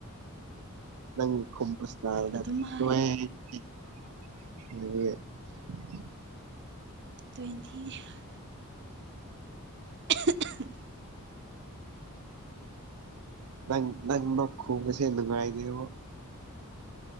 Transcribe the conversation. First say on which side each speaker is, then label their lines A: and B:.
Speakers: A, on the right; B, on the right.
A: ꯅꯪ ꯈꯨꯝꯕ ꯏꯁꯇꯥꯢꯜꯗꯣ
B: ꯑꯗꯨꯝ ꯍꯥꯏ
A: ꯇ꯭ꯋꯦꯟꯇꯤ <unintelligible>
B: ꯇ꯭ꯋꯦꯟꯇꯤꯅꯤ ꯍꯣꯢ <unintelligible>
A: ꯅꯪ ꯅꯪ ꯂꯣꯛ ꯈꯨꯕꯁꯦ ꯅꯨꯉꯥꯢꯕꯤꯔꯣ